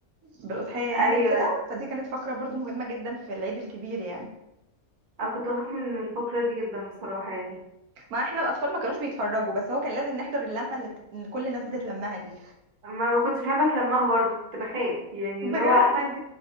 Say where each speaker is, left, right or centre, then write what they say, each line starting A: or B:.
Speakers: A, on the right; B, on the right.
A: بالأضحية يعني
B: ايوه
A: وكده فدي كانت فقرة برضو مهمة جدا في العيد الكبير يعني
B: انا كنت بخاف من الفقره دي جدا بصراحه يعني
A: ما احنا الأطفال ما كانوش بيتفرجوا بس هو كان لازم نحضر اللمة اللي بت... كل الناس بتتلمها دي
B: ما ما كنتش بحب اتلمها برضو كنت بخاف يعني
A: بجد
B: اللي هو عارفه انت